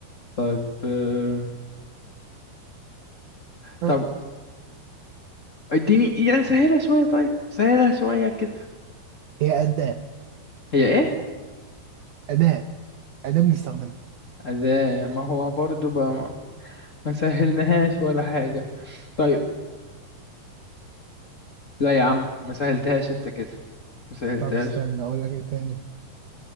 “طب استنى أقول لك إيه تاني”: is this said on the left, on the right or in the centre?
Right